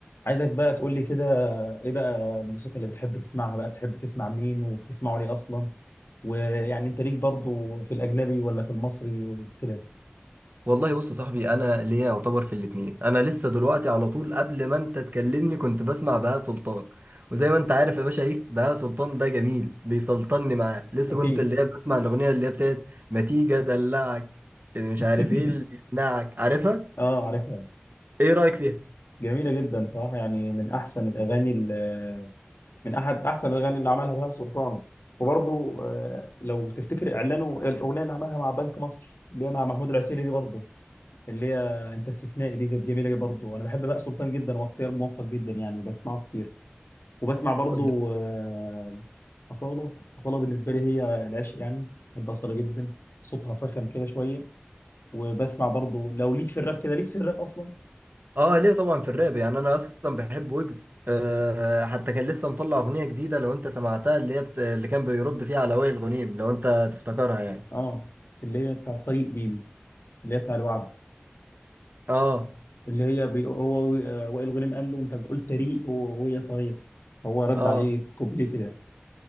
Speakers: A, on the left (about 70°); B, on the right (about 50°).
A: عايزك بقى تقول لي كده ايه بقى الموسيقى اللي بتحب تسمعها بقى بتحب تسمع مين وبتسمعه ليه اصلا ويعني انت ليك برضو في الاجنبي ولا في المصري وكده
B: والله بص يا صاحبي انا ليا يعتبر في الاتنين انا لسه دلوقتي على طول قبل ما انت تكلمني كنت بسمع بهاء سلطان وزي ما انت عارف يا باشا ايه بهاء سلطان ده جميل بيسلطني معاه لسه
A: اكيد
B: كنت اللي هي بسمع الاغنيه اللي هي بتاعت ما تيجي ادلعك مش
A: <laughs>
B: عارف ايه اللي يقنعك عارفها
A: اه عارفها
B: ايه رايك فيها
A: جميله جدا صراحه يعني من احسن الاغاني ال- من احد احسن الاغاني اللي عملها بهاء سلطان وبرضو آه، لو تفتكر اعلانه الاغنيه اللي عملها مع بنك مصر اللي هي مع محمود العسيلي دي برضو اللي هي انت استثنائي دي كانت جميله برضو انا بحب بهاء سلطان جدا واختيار موفق جدا يعني بسمعه كتير وبسمع برضو
B: قول.
A: آه، أصالة أصالة بالنسبة لي هي العشق يعني بحب أصالة جدا صوتها فخم كده شوية وبسمع برضو لو ليك في الراب كده ليك في الراب أصلا
B: اه ليه طبعا في الراب يعني انا اصلا بحب ويجز أه حتى كان لسه مطلع اغنيه جديده لو انت سمعتها اللي هي بت... اللي كان بيرد فيها على وائل غنيم لو انت تفتكرها يعني
A: اه اللي هي بتاع طريق دي دي، اللي هي بتاع الوعد
B: اه
A: اللي هي بي... هو آه، وائل غنيم قال له أنت بتقول طريق و- وهي طريق فهو رد
B: اه
A: عليه في كوبليه كده